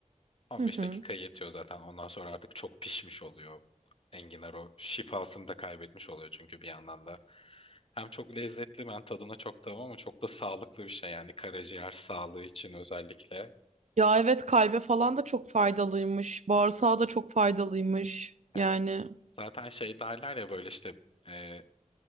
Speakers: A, on the left (about 45°); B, on the right (about 60°).
A: 15
B: Hı hı.
A: dakika yetiyor zaten. Ondan sonra artık çok pişmiş oluyor. Enginar o şifasını da kaybetmiş oluyor çünkü bir yandan da. Hem çok lezzetli ben tadına çok tamam ama çok da sağlıklı bir şey yani karaciğer sağlığı için özellikle.
B: Ya evet kalbe falan da çok faydalıymış. Bağırsağa da çok faydalıymış.
A: Evet.
B: Yani
A: Zaten şey derler ya böyle işte e,